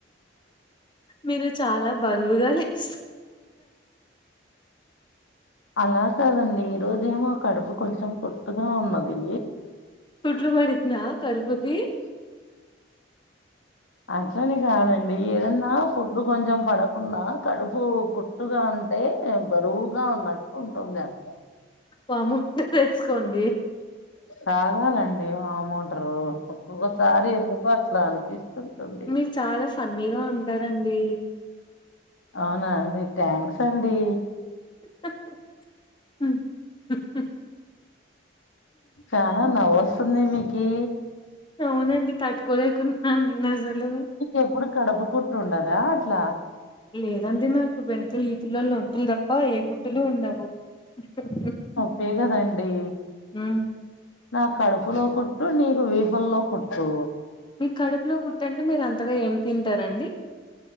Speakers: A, on the left (about 25°); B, on the left (about 85°).
A: మీరు చాలా బరువుగాలేస్
B: అలా కాదండి ఈరోజు ఎమో కడుపు కొంచం కుట్టుగా ఉన్నది
A: కుట్లు పడిందా కడుపుకి
B: అట్లని గాదండి ఏదన్నా ఫుడ్ కొంచం పడకున్నా కడుపూ కుట్టుగా ఉంటే బరువుగా ఉన్న ఉంటుంది అట్లా
A: వామ్మో <unintelligible>
B: తాగాలండి వామ్ ఒట్రు ఓగోసారి ఎందుకో అన్పిస్తుంటుంది.
A: మీరు చాలా ఫన్నీగా ఉంటారండి
B: అవునా అండి థ్యాంక్స్ అండి
A: <inaudible>
B: చాన నవ్వు వస్తుందె మీకి
A: అవునండి తట్టుకోలేకున్నాను నేను అసలు
B: ఎప్పుడు కడుపు కుట్టు ఉండద అట్ల
A: <unintelligible>
B: <unintelligible> అండి
A: హు
B: నాకు కడుపులో కుట్టు నీకు వీపులలో కుట్టు
A: మీకు కడుపులో కుట్టంటే మీరు అంతగా ఏం తింటారండి